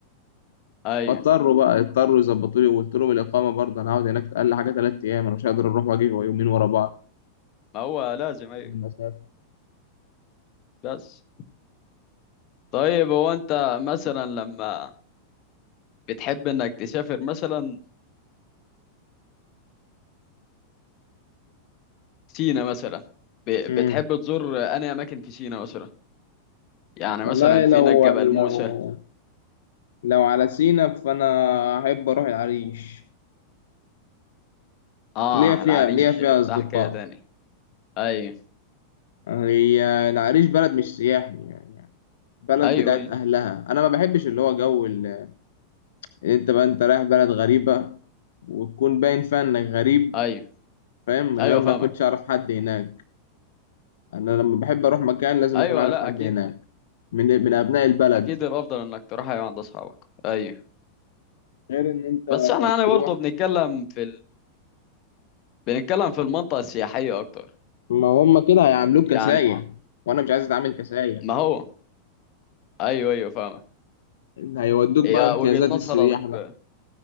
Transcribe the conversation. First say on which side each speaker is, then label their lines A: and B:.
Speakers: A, on the left; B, on the left.
A: أيوة
B: فاضطروا بقى اضطروا يظبطوا لي وقلت لهم الاقامة برضه انا هقعد هناك اقل حاجة ثلاث ايام انا مش هقدر اروح واجي يومين ورا بعض
A: ما هو لازم أيوة
B: من المسافة
A: بس طيب هو أنت مثلا لما بتحب إنك تسافر مثلا سينا مثلا ب-
B: امم
A: بتحب تزور أنهي أماكن في سينا مثلا يعني
B: والله
A: مثلا
B: لو
A: فين جبل
B: لو
A: موسى
B: لو على سينا فانا احب اروح العريش
A: آه
B: ليا فيها
A: العريش
B: ليا فيها
A: ده
B: اصدقاء
A: حكاية تاني أيوة
B: هي العريش بلد مش سياحي يعني يعني بلد
A: ايوه
B: بتاعت
A: ايوه
B: أهلها أنا ما بحبش اللي هو جو ال- أنت بقى أنت رايح بلد غريبة وتكون باين فيها إنك غريب
A: ايوه
B: فاهم من
A: ايوه
B: غير ما
A: فاهمك
B: كنتش أعرف حد هناك أنا لما بحب أروح مكان لازم
A: ايوه
B: أكون عارف
A: لا
B: حد
A: اكيد
B: هناك من من أبناء البلد
A: اكيد الافضل انك تروح ايوه عند اصحابك ايوه
B: غير إن أنت
A: بس احنا يعني
B: تروح
A: برضه بنتكلم في ال... بنتكلم في المنطقه السياحيه اكتر
B: ما هم كده هيعاملوك
A: يعني
B: كسايح وأنا مش عايز أتعامل كسايح
A: ما هو ايوه ايوه فاهمك
B: هيودوك
A: هي
B: بقى امتيازات
A: وجهه نظرك
B: السياح بقى